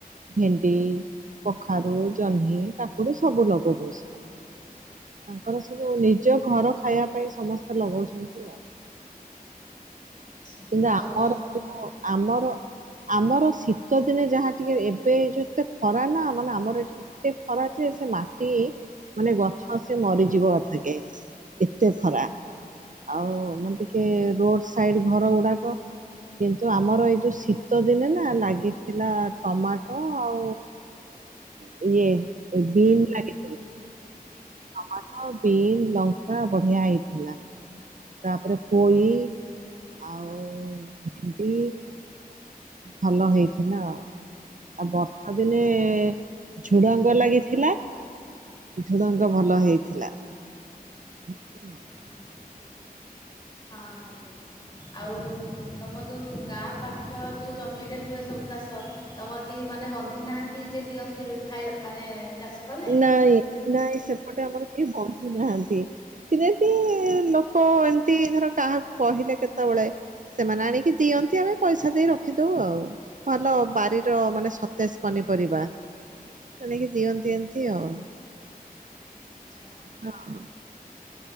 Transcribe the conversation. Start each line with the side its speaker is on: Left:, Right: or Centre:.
Right: ଭେଣ୍ଡି, କଖାରୁ, ଜହ୍ନି, କାକୁଡ଼ି, ସବୁ ଲଗାଉଚ ସେଆ। ତାଙ୍କର ସବୁ ନିଜ ଘର ଖାଇବା ପାଇଁ ସମସ୍ତେ ଲଗଉଛନ୍ତି ଆଉ।
Left: ଆଛା
Right: ନାଁ
Left: ଆଉ ତମ
Right: ଆମର ଯୋଉ ଆମର ଆମର ଶୀତ ଦିନେ ଯାହା ଟିକେ ଏବେ ଯେତେ ଖରା ନାଁ ମାନେ ଆମର ଏଠି ଏ ଖରା ଯେ ସେ ମାଟି ମାନେ ଗଛ ସେ ମରିଯିବ କଥରକେ ଏତେ ଖରା। ଆଉ ମାନେ ଟିକେ ରୋଡ଼ ସାଇଡ଼ ଘର ଉଡ଼ାକ କିନ୍ତୁ ଆମର ଏଇ ଯୋଉ ଶୀତ ଦିନେ ନାଁ ଲାଗିଥିଲା ଟମାଟ ଆଉ ଇ ଇଏ ଉଁ ଲାଗେ। ଟମାଟୋ, ବିନ୍, ଲଙ୍କା, ବଢ଼ିଆ ହେଇଥିଲା। ତାପରେ ପୋଇ ଆଉ ଭେଣ୍ଡି। ଭଲ ହେଇଥିଲା ଆଉ। ଆଉ ବର୍ଷା ଦିନେ ଝୁଡ଼ଙ୍ଗ ଲାଗିଥିଲା। ଝୁଡ଼ଙ୍ଗ ଭଲ ହେଇଥିଲା। ହୁଁ ଉଁ ନ।
Left: ହଁ ହଁ ହଁ ହଁ ଦେ। ଆଉ ତମ ଯୋଉ ଗାଁ ପାଖ ଯୋଉ ଜମିରେ ହୁଏ ସବୁ ଚାଷ। ତମର କେହି ମାନେ ବନ୍ଧୁ ନାହାନ୍ତି ଯିଏ ଦିଅନ୍ତି ଖାଇବା ମାନେ ଚାଷ କଲେ?
Right: ନାଇଁ ନାଇଁ ସେପଟେ ଆମର କେହି ବନ୍ଧୁ ନାହାନ୍ତି। ସିରେ ସି ଲୋକ ଏମତି ଧର କାହାକୁ କହିଲେ କେତୋଳେ ସେମାନେ ଆଣିକି ଦିଅନ୍ତି ଆମେ ପଇସା ଦେଇ ରଖିଦଉ ଆଉ। ଭଲ ବାରିର ମାନେ ସତେଜ ପନିପରିବା କିଣିକି ଦିଅନ୍ତି ଏ ତି ଆଉ।
Left: ଛା।
Right: ହଁ।